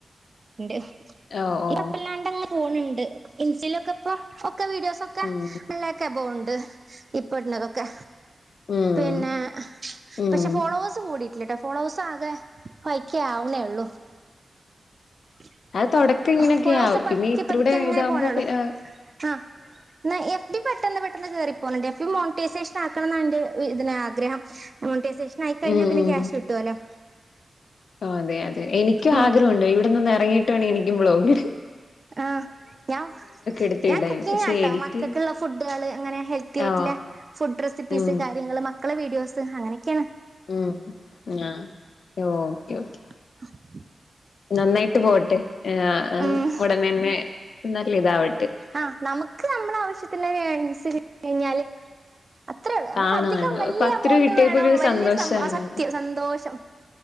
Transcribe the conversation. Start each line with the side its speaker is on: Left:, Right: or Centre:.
Right: ഇണ്ട് ഇപ്പകൊയപ്പല്ലാണ്ടങനെ
Left: ഓ ഓ
Right: പോണ് ഇണ്ട് ഇൻസ്റ്റേ ലൊക് ഇപ്പൊ ഒക്കെ വീഡിയോസൊക്കെ
Left: ഉം
Right: ടെൻലാക് എബോവ് ഇണ്ട് ഇപ്പെട്ണതൊക്കെ
Left: ഉം
Right: പിന്നെ
Left: ഉം
Right: പക്ഷെ ഫോളോവേഴ്സ് കൂടീട്ട് ഇല്ലട്ടോ ഫോളോവേസാകെ ഫൈവ് കെ ആവ്ണേള്ളു <unintelligible>
Left: അത് തൊടക്കങ്ങനെയൊക്കെയാവും
Right: ഫോളോവേഴ്സ് പതുക്കെ
Left: പിന്നെ ഇതിരികൂടെ
Right: പതുക്കെ അങ്ങനെ
Left: ഇതാവുമ്പം
Right: പോണേള്ളൂ
Left: പി ഏ
Right: ആഹ് ന്നാ എഫ് ബി പെട്ടന്ന് പെട്ടെന്ന് കേറി പോണ്ണ്ട് എഫ് ബിം മോണിറ്റൈസേഷൻ ആക്കണംന്നാ ഇന്റെ ഇതിന് ആഗ്രഹം മോണിറ്റെ മോണിറ്റേഷനായി കഴിഞ്ഞാ
Left: ഉം
Right: പിന്നെ
Left: ഉം
Right: ക്യാഷ് കിട്ടോലൊ
Left: ഓ അതെ അതെ എനിക്കും
Right: ഉം
Left: ആഗ്രഹവുണ്ട് ഇവിട്ന്നൊന്നെ റങ്ങയിട്ട് വേണം എനിക്കും വ്ലോഗ്ടാൻ
Right: ആഹ് ഞ
Left: എടുത്ത്
Right: ഞാൻ
Left: ഇടാൻ
Right: കുക്കിംങ്ങാട്ടോ
Left: പക്ഷെ എഡിറ്റിംഗ്
Right: മക്കക്ക്ള്ള ഫുഡാള് അങ്ങനെ ഹെൽത് വൃത്തിയായിട്ട്ള്ളെ
Left: ഓ
Right: ഫുഡ് റെസിപ്പീസ്
Left: ഉം
Right: കാര്യങ്ങള് മക്കളെ വീഡിയോസ് അങ്ങനൊക്കേണ്
Left: മ്മ് ആഹ് ഓക്കെ ഓക്കേ
Right: <unintelligible>
Left: നന്നായിട്ട് പോട്ടെ ഏ
Right: ഉം
Left: ഒടനെന്നെ നല്ലിതാവട്ട്
Right: ആഹ് നമുക്ക് നമ്മളാവശ്യത്തിനൊര് ഏണിങ്സ് കിട്ടി കഴിഞ്ഞാല് അത്രേള്ളൂ നമുക്ക്
Left: കാണാണ്
Right: അധികം വല്ല്യ
Left: പത്ത്
Right: എമൗണ്ട്
Left: രൂപ കിട്ടിയപ്പോരു
Right: വേണം വല്ല്യ
Left: സന്തോഷാണ്
Right: സംബ് ആ സത്യം സന്തോഷം